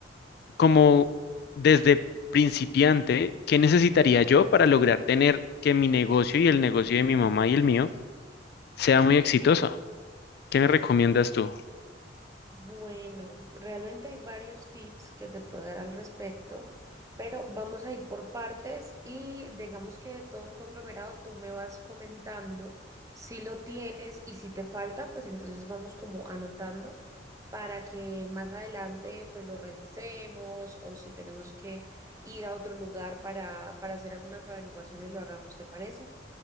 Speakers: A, on the left; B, on the right.
A: como desde principiante, qué necesitaría yo para lograr tener que mi negocio y el negocio de mi mamá y el mío sea muy exitoso. ¿Qué me recomiendas tú?
B: Bueno, realmente hay varios tips que te puedo dar al respecto, pero vamos a ir por partes y digamos que de todo un conglomerado tú me vas comentando si lo tienes y si te falta, pues entonces vamos como anotando para que más adelante pues lo revisemos o si tenemos que ir a otro lugar para, para hacer algunas averiguaciones lo hagamos, ¿te parece?